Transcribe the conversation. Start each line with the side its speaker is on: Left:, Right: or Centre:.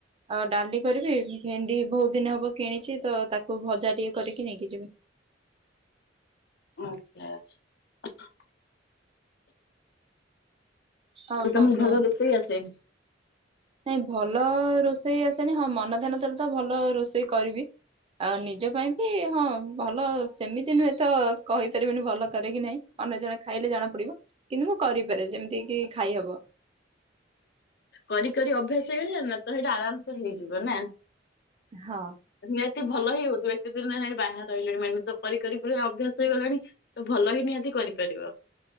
Right: ଆଉ ଡାଲି କରିବି ଭେଣ୍ଡି ବହୁତ ଦିନ ହବ କିଣିଛି ତ ତାକୁ ଭଜା ଟିକେ କରିକି ନେଇକି ଯିବି।
Left: ଆଚ୍ଛା ଆ
Right: ଆଉ କଣ
Left: ତମୁକୁ
Right: କୁହ?
Left: ଭଲ ରୋଷେଇ ଆସେ?
Right: ନାଇଁ ଭଲ ରୋଷେଇ ଆସେନି ହଁ ମନ ଧ୍ୟାନ ଦେଲେ ତ ଭଲ ରୋଷେଇ କରିବି। ଆଉ ନିଜ ପାଇଁ ବି ହଁ ଭଲ ସେମିତି ନୁହେଁ ତ କହିପାରିବିନି ଭଲ କରେ କି ନାହିଁ। ଅନ୍ୟଜଣେ ଖାଇଲେ ଜଣାପଡିବ କିନ୍ତୁ ମୁଁ କରିପାରେ ଯେମତି କି ଖାଇହବ।
Left: କରି କରି ଅଭ୍ୟାସ ହେଇଗଲାଣି ନା ତ ହେଇଟା ଆରାମସେ ହେଇଯିବ ନା
Right: ହଁ।
Left: ନିହାତି ଭଲ ହି ହଉଥିବ ଏତେ ଦିନ ହେଲାଣି ବାହାର ରହିଲେଣି ମାନେ ତ କରିି କରି ପୁରା ଅଭ୍ୟାସ ହେଇଗଲାଣି। ତ ଭଲ ହିଁ ନିହାତି କରିପାରିବ।